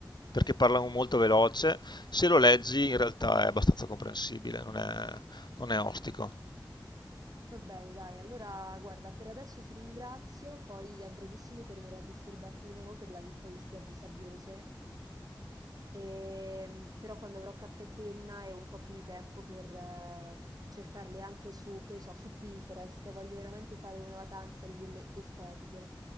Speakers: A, on the left; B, on the right.
A: perché parlano molto veloce, se lo leggi in realtà è abbastanza comprensibile, non è, non è ostico.
B: Va bene, dai, allora guarda, per adesso ti ringrazio, poi a brevissimo tornerò a disturbarti di nuovo per la lista di spiagge sabbiose Ehm, però quando avrò carta e penna e un po' più di tempo per eh, cercarle anche su, che ne so, su Pinterest, voglio veramente fare una vacanza di quelle estetiche.